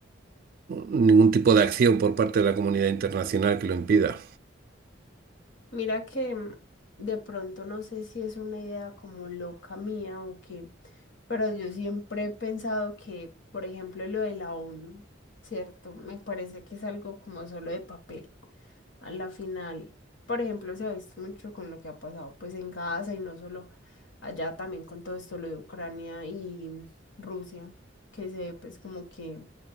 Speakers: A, on the right (about 50°); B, on the left (about 70°).
A: ningún tipo de acción por parte de la comunidad internacional que lo impida.
B: Mira que mm, de pronto no sé si es una idea como loca mía o qué, pero yo siempre he pensado que, por ejemplo, lo de la ONU, ¿cierto? Me parece que es algo como solo de papel. A la final, por ejemplo, se ha visto mucho con lo que ha pasado pues en Gaza y no solo allá, también con todo esto lo de Ucrania y mm, Rusia, que se ve pues como que